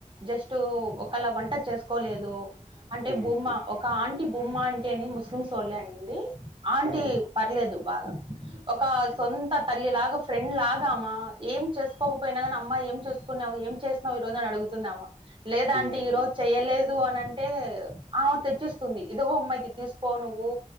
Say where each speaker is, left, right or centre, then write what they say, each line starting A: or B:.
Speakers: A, on the right; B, on the right.
A: జస్ట్ ఒకళ వంట చేసుకోలేదు అంటే
B: హుహు.
A: బుమ్మ ఒక ఆంటి బుమ్మ అంటే అని ముస్లిం సోల్లేే అండి ఆంటీ
B: ఆ!
A: పర్లేదు బాగ ఒక
B: అవును.
A: సొంత తల్లి లాగ ఫ్రెండ్ లాగా ఆమ ఏం చేసుకోకపోయినా కానీ అమ్మాయి ఏం చేసు కున్నావు ఏం చేసినవు ఈ రోజు అని అడుగుతుందామా లేదు
B: హుహు.
A: ఆంటిఈ రోజు చెయ్యలేదు అని అంటే ఆమె తెచ్చిస్తుంది ఇదుగో అమ్మ యిది తీసుకో నువ్వు